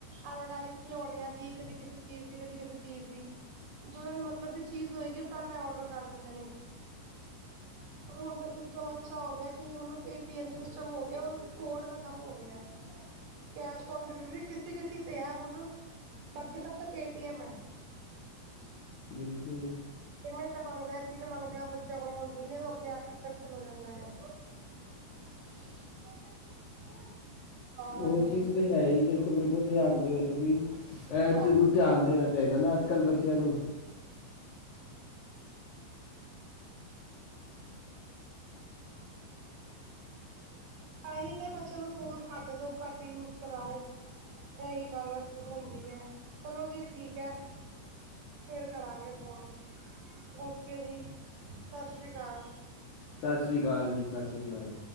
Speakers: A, on the right; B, on the left.
A: ਐਡਵਰਟਾਈਜ਼ ਖਿਲੋਣਿਆਂ ਦੀ ਕਦੇ ਕਿਸੇ ਚੀਜ਼ ਦੀ, ਕਦੇ ਕਿਸੇ ਚੀਜ਼ ਦੀ ਜੋ ਉਹਨਾਂ ਦੀ ਮਤਲਬ ਵੀ ਚੀਜ਼ ਹੋਏਗੀ ਉਹ ਪਹਿਲਾਂ ਔਡਰ ਕਰ ਦਿੰਦੇ ਨੇ। ਪਰ ਹੁਣ ਦਾ ਸਿਸਟਮ ਅੱਛਾ ਹੋ ਗਿਆ, ਕਿ ਹੁਣ ਪੇ ਟੀਐਮ ਸਿਸਟਮ ਹੋ ਗਿਆ ਹੁਣ ਕੋਡ ਖਤਮ ਹੋ ਗਿਆ।
B: <inaudible>
A: ਕੈਸ਼ ਔਨ ਡਿਲੀਵਰੀ ਕਿਸੇ-ਕਿਸੇ ਤੇ ਹੈ ਹੁਣ, ਬਾਕੀ ਸਭ ਤੋਂ ਪੇ ਟੀਐਮ ਹੈ।
B: ਬਿਲਕੁਲ।
A: ਪੇਮੈਂਟ ਮੰਗਦੇ ਆ ਪਿੰਨ ਮੰਗਦੇ ਆ ਉਹ ਬੱਚਿਆਂ ਕੋਲੋਂ ਹੁੰਦੀ ਨ ਉਹ ਆਪਣੇ ਆਪ ਹੀ ਕੈਂਸਲ ਹੋ ਜਾਂਦਾ ਆ
B: <inaudible>
A: <unintelligible>
B: ਉਹ
A: ਕਰਕੇ
B: ਚੀਜ਼ ਤਾਂ ਹੈ ਹੀ ਦੇਖੋ ਬਿਲਕੁਲ ਸਹੀ ਆਖਦੇ ਹੋ ਤੁਸੀਂ ਇਹ
A: ਹਾਂਜੀ
B: ਚੀਜ਼ ਨੂੰ ਧਿਆਨ ਦੇਣਾ ਚਾਹੀਦਾ ਨਾ ਅੱਜ-ਕੱਲ੍ਹ ਬੱਚਿਆਂ ਨੂੰ
A: ਆਏ ਨੀਂ ਕਿ ਬੱਚਿਆਂ ਨੂੰ ਫੋਨ ਘੱਟ ਤੋਂ ਘੱਟ ਯੂਜ ਕਰਾਓ। ਇਹੀ ਗੱਲ ਹੁੰਦੀ ਹੈ, ਚਲੋ ਜੀ ਠੀਕ ਹੈ। ਫਿਰ ਕਰਾਂਗੇ ਫੋਨ, ਓਕੇ ਜੀ ਸਸ਼੍ਰੀ ਕਾਲ।
B: ਸਸ਼੍ਰੀ ਕਾਲ ਜੀ, ਸਸ਼੍ਰੀ ਕਾਲ।